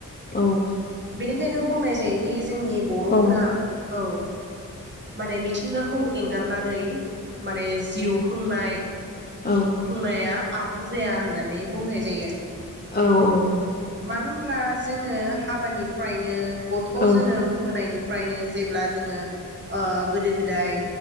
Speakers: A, on the left (about 30°); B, on the right (about 35°).
A: औ
B: बेनिखायनो बुंनाय जायो बे जोंनि बर'फोरा
A: औ
B: औ माने मिथिंगाखौ एंगारनानै माने जिउ खुंनाय
A: औ
B: या आबुं जाया होननानै बुंनाय जायो
A: औ औ
B: मानो होमब्ला जोङो हाबानिफ्रायनो गथ'
A: औ
B: जोनोम होनायनिफ्रायनो जेब्ला जोङो ओ गोदो गोदाय